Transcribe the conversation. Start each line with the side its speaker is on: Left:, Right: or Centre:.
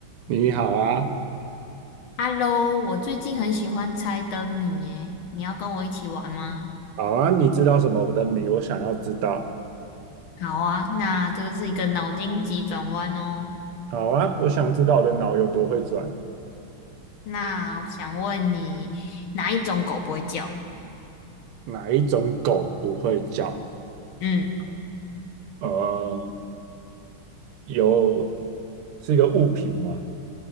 Right: 你好啊，
Left: Hello，我最近很喜欢猜灯谜耶，你要跟我一起玩吗？
Right: 好啊，你知道什么的谜？我想要知道。
Left: 好啊，那这个是一个脑筋急转弯哦。
Right: 好啊，我想知道我的脑有多会转。
Left: 那我想问你，哪一种狗不会叫？
Right: 哪一种狗不会叫？
Left: 嗯，
Right: 呃，有，是一个物品吗？